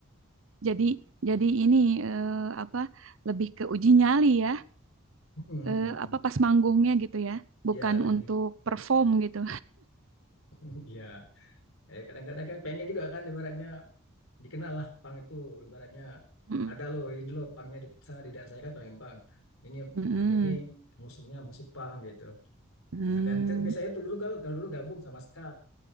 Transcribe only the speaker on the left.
Mm-mm,
mm-mm.
ya lebih
<laughs> ya Eh, kadang-kadang kan pengen juga kan ibaratnya dikenal lah pang itu ibaratnya
ada loh ini loh pangnya di sana di daerah saya kan Palembang ini
kami ini musuhnya musik pang gitu
Nah, dan itu, biasanya itu dulu kalau kalau dulu gabung sama ska